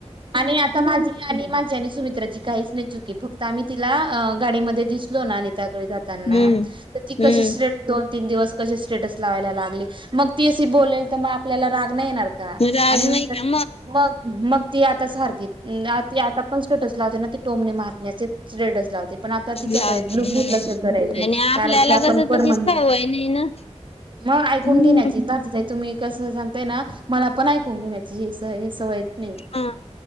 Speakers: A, on the right; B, on the left.
A: आणि आता माझी आणि माझी आणि सुमित्राची काहीच नाही चुकी फक्त आम्ही तिला गाडीमध्ये दिसलो ना आणिताकडे जातना,
B: हम्म
A: तर ती कशी
B: हम्म
A: स्ट्रेट तीन दिवस कशी स्टेटस लावायला लागली मग ती अशी बोलेल तर मग आपल्याला राग नाही येणार का
B: राग
A: आणि नर
B: नाही का
A: मग मग? ती आता सारखी ती आता पण स्टेटस लावते ना, ते टोमने मारण्याचे स्टेटस लावते पण आता तिच्याकडे
B: लावते
A: ब्लू
B: हम्म
A: बु ल करायचे
B: आणि आपल्याला
A: कारण क आपण
B: कसं
A: परमन
B: तशी सवय नाही ना
A: <unintelligible> मग ऐकून
B: हम्म
A: घेण्याची तुम्ही कसं सांगताय ना मला पण ऐकून घेण्याची हे हे सवय सवयच नाही.
B: हा